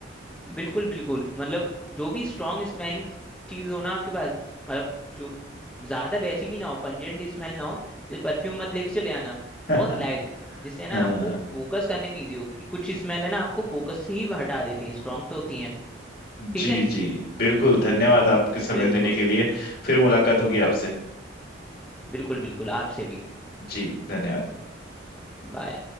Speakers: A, in the centre; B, on the left.
A: बिल्कुल बिल्कुल मतलब जो भी स्ट्रांग स्मेली चीज हो ना आपके पास मतलब जो ज्यादा वैसी भी ना हो पंजेंट स्मेल ना हो जैसे परफ्यूम मत लेके चले आना
B: <laughs>
A: बहुत लाइट जिससे ना
B: हाँ
A: आपको फोकस करने में इजी हो क्योंकि कुछ स्मेल है ना आपको फोकस से ही हटा देती हैं स्ट्रांग तो होती हैं
B: जी
A: ठीक है
B: जी बिल्कुल धन्यवाद आपके समय
A: बिल्कुल
B: देने के लिए फिर मुलाकात होगी आपसे
A: बिल्कुल बिल्कुल आपसे भी
B: जी धन्यवाद
A: बाय